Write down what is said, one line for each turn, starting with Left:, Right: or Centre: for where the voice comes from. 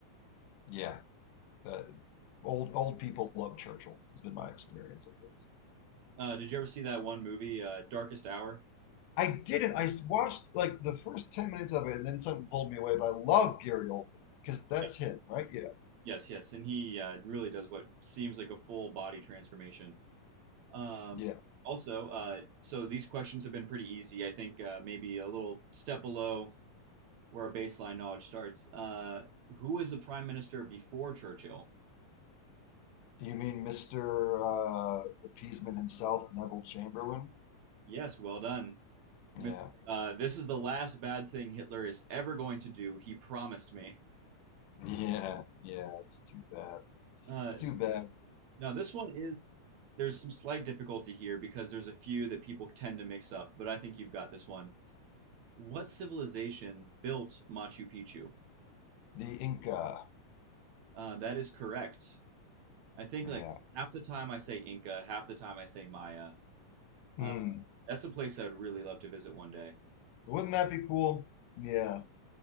Left: yeah, uh, old old people love Churchill. Has been my experience, I guess.
Right: Uh, did you ever see that one movie, uh, Darkest Hour?
Left: I didn't. I I watched like the first 10 minutes of it and then something pulled me away, but I love Gary Oldman because that's
Right: Yeah.
Left: him, right? Yeah.
Right: Yes, yes, and he uh, really does what seems like a full body transformation. Um,
Left: Yeah.
Right: also, uh, so these questions have been pretty easy. I think uh, maybe a little step below where our baseline knowledge starts. Uh, who was the prime minister before Churchill?
Left: You mean Mr. uh, Appeasement himself, Neville Chamberlain?
Right: Yes, well done. Mr.
Left: Yeah.
Right: Uh, this is the last bad thing Hitler is ever going to do. He promised me.
Left: Yeah. Yeah. It's too bad.
Right: Uh,
Left: It's too bad.
Right: now, this one is, there's some slight difficulty here because there's a few that people tend to mix up, but I think you've got this one. What civilization built Machu Picchu?
Left: The Inca.
Right: Uh, that is correct. I think like
Left: Yeah.
Right: half the time I say Inca, half the time I say Maya.
Left: Hmm.
Right: Uh, that's a place I'd really love to visit one day.
Left: Wouldn't that be cool? Yeah.